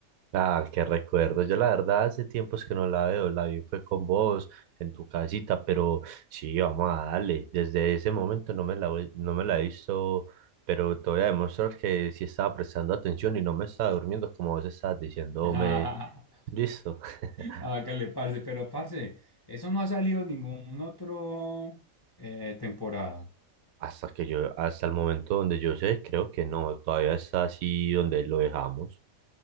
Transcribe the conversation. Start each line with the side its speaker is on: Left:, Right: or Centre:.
Right: ah, qué recuerdo. Yo la verdad hace tiempos que no la veo, la vi fue con vos en tu casita, pero sí, vamos a darle. Desde ese momento no me la, he- no me la he visto, pero te voy a demostrar que sí estaba prestando atención y no me estaba durmiendo como vos estabas diciéndome,
Left: <laughs>
Right: listo. <laughs>
Left: Hágale, parce, pero parce, eso no ha salido en ningún otro eh, temporada.
Right: Hasta que yo, hasta el momento donde yo sé, creo que no, todavía está así donde lo dejamos.